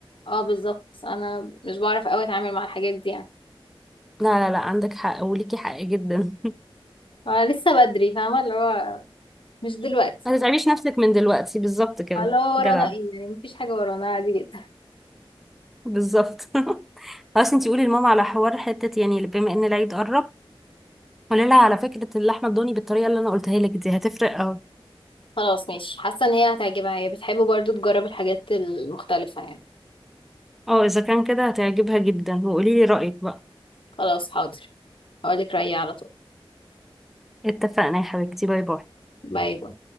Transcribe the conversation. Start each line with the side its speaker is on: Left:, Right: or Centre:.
Left: اه بالظبط انا مش بعرف قوي اتعامل مع الحاجات دي يعني
Centre: لا لا لا عندك حق وليكي حق جدا
Left: آه لسه بدري فاهمه اللي هو مش دلوقتي
Centre: <laughs> ما تتعبيش نفسك من دلوقتي بالظبط كده
Left: آه، اللي هو ورانا
Centre: جدع
Left: ايه يعني مفيش حاجه ورانا عادي جدا
Centre: بالظبط <laughs> خلاص انتي قولي لماما على حوار حتة يعني بما ان العيد قرب قولي لها على فكرة اللحمة الضاني بالطريقة اللي انا قلتها لك دي هتفرق اهو
Left: خلاص ماشي حاسة ان هي هتعجبها هي بتحب برضو تجرب الحاجات المختلفة يعني
Centre: اه اذا كان كده هتعجبها جدا وقولي لي رأيك بقى
Left: خلاص حاضر هقولك رأيي على طول
Centre: اتفقنا يا حبيبتي باي باي
Left: باي باي